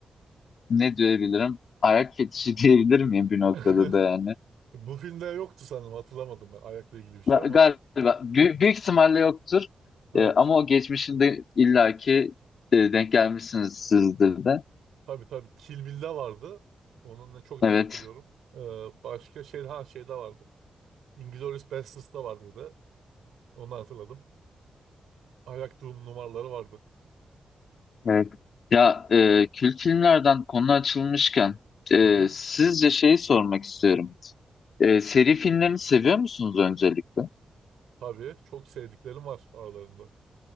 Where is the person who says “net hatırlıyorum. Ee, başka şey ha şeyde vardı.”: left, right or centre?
Right